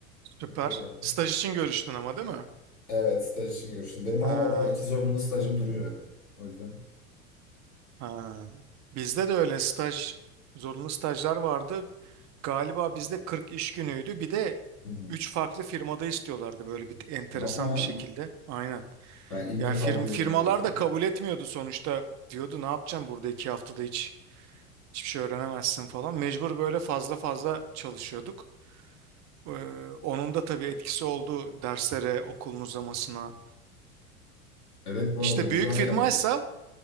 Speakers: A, on the right (about 40°); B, on the left (about 90°).
A: Süper.
B: Öyle yani.
A: Staj için görüştün ama değil mi?
B: Evet staj için görüştüm. Benim
A: Ha.
B: hala daha iki zorunlu stajım duruyor. O yüzden.
A: Ha. Bizde de öyle staj, zorunlu stajlar vardı. Galiba bizde 40 iş günüydü. Bir de
B: Hı hı.
A: 3 farklı firmada istiyorlardı böyle bir enteresan
B: Yapma ya.
A: bir şekilde. Aynen.
B: Ben ilk
A: Yani
B: defa
A: firm,
B: duyuyorum
A: firmalar
B: böyle bir şey.
A: da kabul etmiyordu sonuçta. Diyordu ne yapacaksın burada 2 haftada hiç hiçbir şey öğrenemezsin falan. Mecbur böyle fazla fazla çalışıyorduk. Ee, onun da tabii etkisi oldu derslere, okulun uzamasına.
B: Evet bu
A: İşte
B: arada uzar
A: büyük firmaysa,
B: yani.